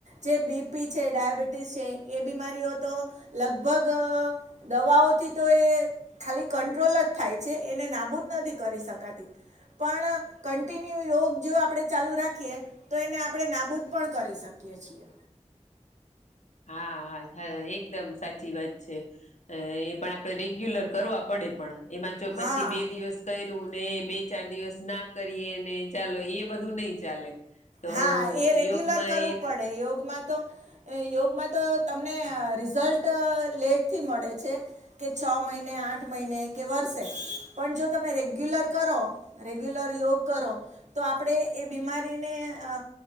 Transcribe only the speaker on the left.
હા હા એકદમ સાચી વાત છે. અ એ પણ આપડે રેગ્યુલર કરવા પડે પણ એમાં જો પછી
બે દિવસ કર્યું ને બે ચાર દિવસ ના કરીએ ને ચાલો એ બધું નઈ ચાલે તો
યોગમાં
એ
હા